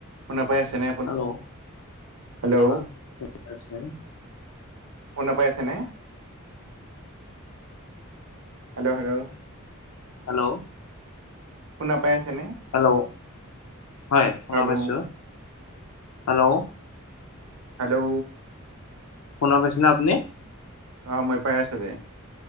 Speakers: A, on the right; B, on the left.
A: শুনা পাই আছে নে
B: হেল্ল'
A: হেল্ল'
B: অ ঠিক আছে
A: শুনা পাই আছানে হেল্ল হেল্ল'
B: হেল্লো'
A: শুনা পাই আছে নে?
B: হেল্লো' হয় শুনা
A: হেল্ল'
B: পাইছোঁ হেল্লো'
A: হেল্লো'
B: শুনা পাইছা নে আপুনি?
A: অ মই পাই আছো দে।